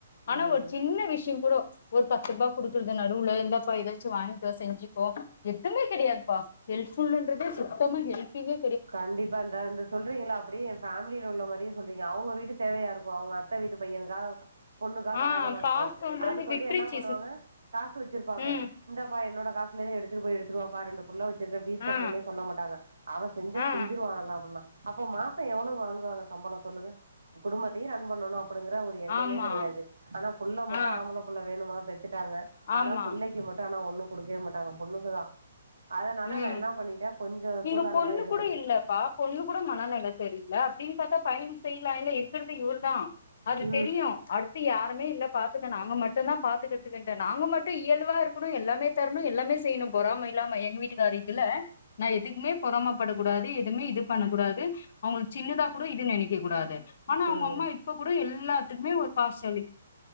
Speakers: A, on the left; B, on the right.
A: ஆனா
B: ம்
A: ஒரு சின்ன விஷய கூட ஒரு பத்து ரூபா குடுக்குடுது நடுவுல எந்தாப்பா எதாச்சு வாங்கிக்கோ செஞ்சுக்கோ எதுவுமே கெடையாதுப்பா ஹெல்ப்ஃபுல்லுன்றதே சுத்தமா ஹெல்ப்பிங்கே
B: கண்டிப்பா இந்தா இந்த சொல்றீங்கல்ல அப்படியே ஃபேமில உள்ள மாரியே சொல்றீங்க அவுங்க வீட்டுத் தேவையா இருக்கும் அவுங்க அத்த வீட்டு பையனுக்காக பொண்ணுக்கா
A: ஆ
B: கல்யாணமா இருக்கு
A: பாசோன்றது
B: அதுக்கு வந்து
A: விட்ருச்சு
B: என்ன பண்ணுவாங்க காசு வச்சிருப்பாங்க
A: ம்
B: இந்தாப்பா என்னோட காசுலேந்து எடுத்துட்டு போயி எடுத்துருவாப்பா ரெண்டு புள்ள வச்சிருக்க ஃபீஸ் கட்ணுன்னே
A: ஆ
B: சொல்ல மாட்டாக அவ செஞ்சா
A: ஆ
B: செஞ்சருவான்னா‌ அப்பன்னா அப்ப மாச எவ்வளவு வாங்குவாங்க சம்பள சொல்லுங்க குடும்பத்தையு ரன் பண்ணணு அப்டிங்கிற ஒரு ஒரு எண்ணமே
A: ஆமா
B: கெடையாது ஆனா புள்ள மட்டு
A: ஆ
B: ஆம்புள புள்ள வேணுமா பெத்துட்டாங்க ஆனா
A: ஆமா
B: புள்ளைக்கு மட்டு ஆனா ஒன்னு குடுக்கவே மாட்டாங்க பொண்ணுக்குதா அதனால
A: ம்
B: நா என்ன பண்ணிட்டே கொஞ்ச
A: இங்க
B: சூதானமா
A: பொண்ணு
B: இருந்துட்டேன்
A: கூட இல் ல்லப்பா பொண்ணு கூட மனநில தெரியல அப்டின்னு பாத்தா பையனுக்கு செய்யலால்ல இருக்கறது இவர்தா அது
B: ம்
A: தெரியு அடு தத்து யாருமே இல்ல பாத்துக்க நாங்க மட்டுந்தா பாத்துக்கறத்துக்குன்ட்டு நாங்க மட்டும் இயல்பா இருக்கணு எல்லாமே தரணு எல்லாமே செய்யணு பொறாம இல்லாம எங்க வீட்டுக்காரரு இதுல நா எதுக்குமே பொறமப்படக் கூடாது எதுவுமே இது பண்ணக் கூடாது அவுங்களுக்கு சின்னதா கூட இது நெனைக்க கூடாது ஆனா அவுங்க
B: ம்
A: அம்மா இப்ப கூட எல்லாத்துக்குமே ஒரு பார்சியாலிட்